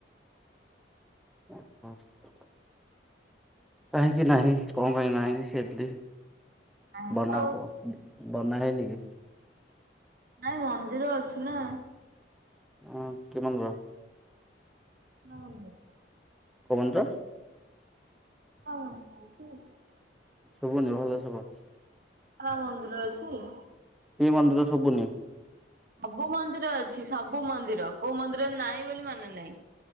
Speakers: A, in the centre; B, on the right.
A: <unintelligible> କାହିଁକି ନାହିଁ କଣ ପାଇଁ ନାହିଁ ସେଦି
B: ନାହିଁ
A: ବନା
B: ତ ଆଉ
A: ହବ ବନାହେଇନି କି?
B: ନାଇଁ ମନ୍ଦିର ଅଛି ନା
A: ଅ କି ମାମୁଁ ର
B: <unintelligible>
A: କୋଉ ବଞ୍ଚ?
B: ହଁ ହଉଛି
A: ଶୁଭୁନି ଭଲସେ କହ
B: ଆ ବନ୍ଦର ଅଛି।
A: କି ମନ୍ଦିର ସୁବୁନି
B: ସବୁ ମନ୍ଦିର ଅଛି ସବୁ ମନ୍ଦିର କୋଉ ମନ୍ଦିର ନାହିଁ ବୋଲି ମାନେ ନାହିଁ।